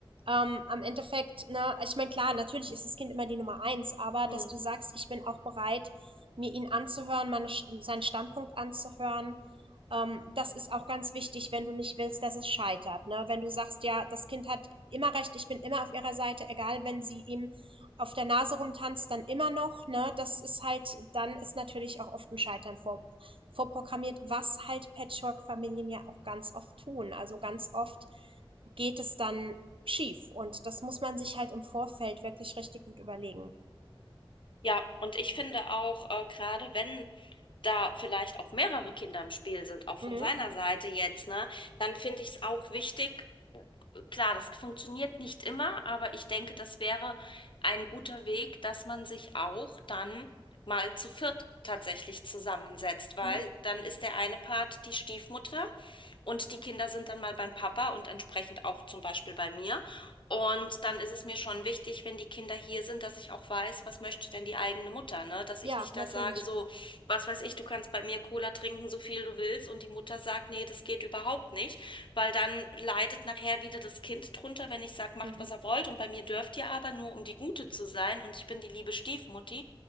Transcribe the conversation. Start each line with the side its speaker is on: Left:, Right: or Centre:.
Right: Ähm, am Endeffekt, ne, ich meine, klar, natürlich ist das Kind immer die Nummer eins, aber
Left: Hm.
Right: dass du sagst, ich bin auch bereit, mir ihn anzuhören, meine, seinen Standpunkt anzuhören, ähm, das ist auch ganz wichtig, wenn du nicht willst, dass es scheitert, ne? Wenn du sagst, ja, das Kind hat immer recht, ich bin immer auf ihrer Seite, egal wenn sie ihm auf der Nase rumtanzt, dann immer noch, ne, das ist halt, dann ist natürlich auch oft ein Scheitern vor, vorprogrammiert, was halt Patchwork-Familien ja auch ganz oft tun. Also ganz oft geht es dann schief und das muss man sich halt im Vorfeld wirklich richtig gut überlegen.
Left: Ja, und ich finde auch, äh, gerade wenn da vielleicht auch mehrere Kinder im Spiel sind, auch von
Right: Mhm.
Left: seiner Seite jetzt, ne, dann finde ich es auch wichtig, klar, das funktioniert nicht immer, aber ich denke, das wäre ein guter Weg, dass man sich auch dann mal zu viert tatsächlich zusammensetzt, weil
Right: Mhm.
Left: dann ist der eine Part die Stiefmutter und die Kinder sind dann mal beim Papa und entsprechend auch zum Beispiel bei mir. Und dann ist es mir schon wichtig, wenn die Kinder hier sind, dass ich auch weiß, was möchte denn die eigene Mutter, ne? Dass
Right: Ja,
Left: ich nicht
Right: natürlich.
Left: da sage, so, was weiß ich, du kannst bei mir Cola trinken, so viel du willst, und die Mutter sagt, nee, das geht überhaupt nicht. Weil dann leidet nachher wieder das Kind drunter, wenn ich sage, macht,
Right: Mhm.
Left: was er wollt. Und bei mir dürft ihr aber nur, um die Gute zu sein. Und ich bin die liebe Stiefmutti.